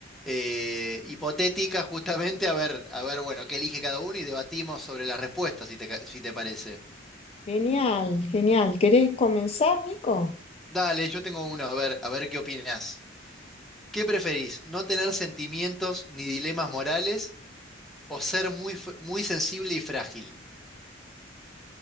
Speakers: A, in the centre; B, on the left (about 30°).
A: eh, hipotéticas justamente a ver, a ver, bueno, qué elige cada uno y debatimos sobre las respuestas, si te, ca- si te parece.
B: Genial, genial. ¿Querés comenzar, Nico?
A: Dale, yo tengo uno, a ver, a ver qué opinás. ¿Qué preferís? ¿No tener sentimientos ni dilemas morales o ser muy, f- muy sensible y frágil?